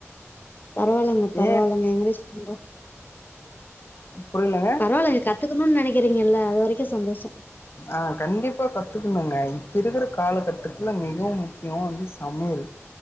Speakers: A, on the left; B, on the left.
A: பரவாயில்லைங்க பரவாயில்லைங்க
B: ஏன்
A: எங்கரேஜ் பண்றே
B: புரியலங்க
A: பரவாயில்லங்க கத்துக்கணு நனைக்கிறீங்கல்ல அது வரைக்கு சந்தோஷொ
B: ஆ கண்டிப்பா கத்துக்கணுங்க இப்ப இருக்கிற காலகட்டத்துல மிகவும் முக்கியம் வந்து சமையல்